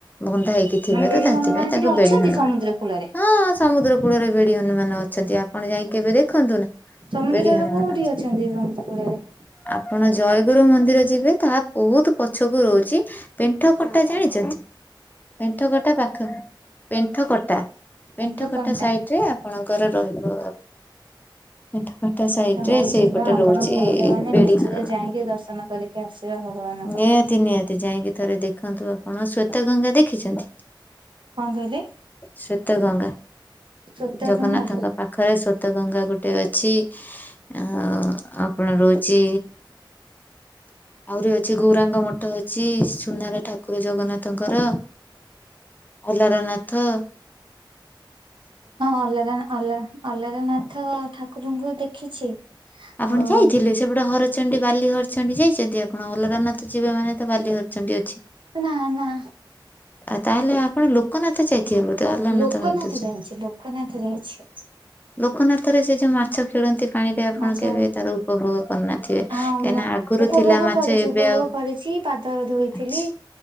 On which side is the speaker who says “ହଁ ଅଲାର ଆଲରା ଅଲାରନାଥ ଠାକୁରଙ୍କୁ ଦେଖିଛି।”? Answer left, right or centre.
Right